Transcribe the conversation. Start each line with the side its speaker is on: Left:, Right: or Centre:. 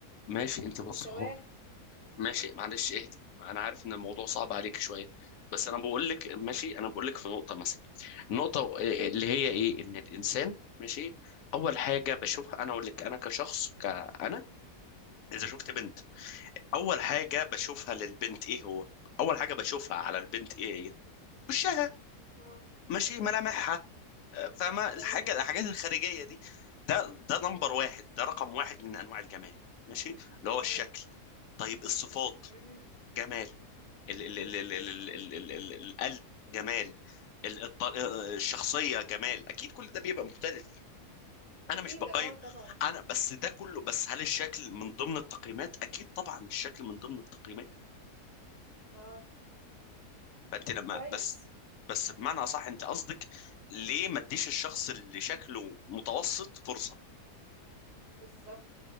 Left: ماشي انت بص
Right: ومساواة
Left: هو ماشي معلش اهدي انا عارف ان الموضوع صعب عليك شويه بس انا بقول لك ماشي انا بقول لك في نقطه مثلا النقطه اللي هي ايه ان الانسان ماشي اول حاجه بشوفها انا اقول لك انا كشخص كأنا اذا شفت بنت اول حاجه
Right: مم.
Left: بشوفها للبنت ايه هو اول حاجه بشوفها على البنت ايه هي وشها
Right: اه
Left: ماشي ملامحها آه، فاهمه الحاجه
Right: تمام
Left: الحاجات الخارجيه دي ده ده نمبر
Right: مم.
Left: واحد ده رقم واحد من انواع الجمال ماشي اللي هو
Right: تمام
Left: الشكل طيب الصفات
Right: مهم.
Left: جمال ال ال ال ال ال ال ال ال القلب جمال ال- الط- آه، آه، الشخصية جمال أكيد كل ده بيبقى مختلف
Right: أكيد
Left: أنا مش بقيم
Right: اه طبعا
Left: أنا بس ده كله بس هل الشكل من ضمن التقييمات أكيد طبعا الشكل من ضمن التقييمات
Right: اه
Left: فأنت لما
Right: كويس
Left: بس بس بمعنى أصح أنت قصدك ليه ما تديش الشخص اللي شكله متوسط فرصة
Right: بالظبط